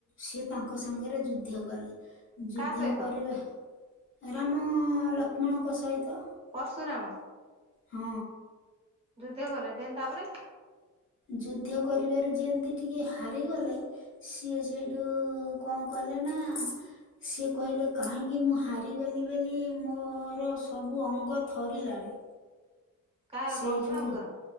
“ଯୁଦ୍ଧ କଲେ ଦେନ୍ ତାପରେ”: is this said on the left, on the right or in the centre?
Right